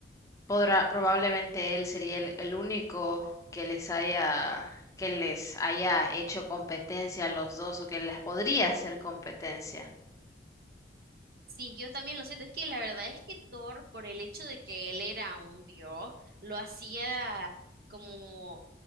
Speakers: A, on the left; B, on the right.
A: podrá, probablemente él sería el, el único que les haya, que les haya hecho competencia a los dos o que les podría hacer competencia.
B: Sí, yo también lo siento. Es que la verdad es que Thor, por el hecho de que él era un dios, lo hacía como